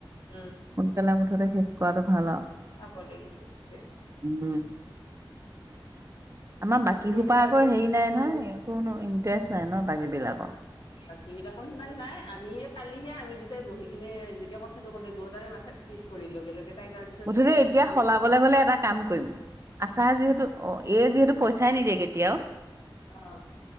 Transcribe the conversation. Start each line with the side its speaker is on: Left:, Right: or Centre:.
Left: উম
Right: সোনকালে মুঠতে শেষ কৰাটো ভাল আৰু।
Left: চাব লাগিব সেইটোৱে।
Right: উম আমাৰ বাকীসোপা
Left: অ দিয়াছো আজি
Right: আকৌ
Left: একবাৰ
Right: হেৰি নাই
Left: সুধিলো
Right: নহয় কোনো ইন্টাৰেষ্ট নাই ন' বাকী বিলাক।
Left: বাকী বিলাকো সিমান নাই আমি কালিহে আমি দুটাই বহি লৈ যেতিয়া কথাটো ক'লে দুয়োটাৰে মাথাত ক্লিক কৰি লগে লগে তাই তাৰ পিছত
Right: মুঠতে
Left: সেই এপটো
Right: এতিয়া
Left: খুলিছে
Right: সলাবলৈ গ'লে এটা কাম কৰিম আচাৰ যিহেতু অ', এই যিহেতু পইচাই নিদিয়ে কেতিয়াও।
Left: অ'।